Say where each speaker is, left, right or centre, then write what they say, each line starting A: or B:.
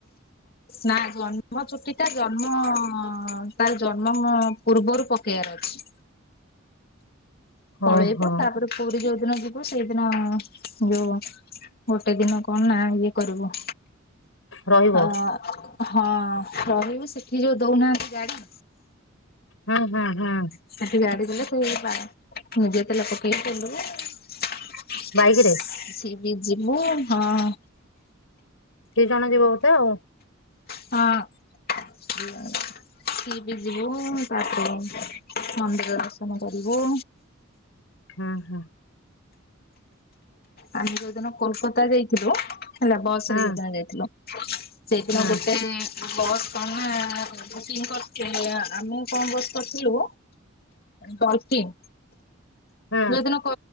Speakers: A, on the left (about 50°); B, on the left (about 75°).
A: ନା ଜନ୍ମ ଚୁଟି ଟା, ଜନ୍ମ ତାର ଜନ୍ମ ପୂର୍ବରୁ ପକେଇବାର ଅଛି। ପଳେଇବୁ,
B: ଓହୋ
A: ତାପରେ ପୁରୀ ଯୋଉ ଦିନ ଯିବୁ, ସେଇଦିନ ଯୋଉ ଗୋଟେ ଦିନ କଣ ନା ଇଏ କରିବୁ
B: ରହିବ
A: ଅ ହଁ ରହିବୁ ସେଠି ଯୋଉ ଦଉନାହାନ୍ତି ଗାଡି
B: ହୁଁ, ହୁଁ, ହୁଁ।
A: ସେଠି ଗାଡି ଦେଲେ ସେଇ ଯିବାର, ନିଜେ ତେଲ ପକେଇକି ବୁଲିବ। ସେୟୀଠିକି
B: ବାଇକ ରେ
A: ଯିବୁ ହଁ ହଁ।
B: ଦି ଜଣ ଯିବ ବୋଧେ ଆଉ
A: ହଁ ସ ବି ଯିବୁ ତାପରେ ମନ୍ଦିର ଦର୍ଶନ କରିବୁ
B: ହୁଁ, ହୁଁ।
A: ଆମେ ଯୋଉଦିନ କୋଲକାତା ଯାଇଥିଲୁ ହେଲା ବସ୍ ସରେ
B: ହୁଁ
A: ଯୋଦିନ ଯାଇଥିଲୁ, ସେଇଦିନ
B: ହୁଁ
A: ଗୋଟେ ବସ୍ କଣ ବୁକିଂ କରିଥିଲେ, ଆମେ କଣ ବସ୍ କରିଥିଲୁ ଡଲଫିନ୍।
B: ହୁଁ
A: ଯୋଉଦିନ କ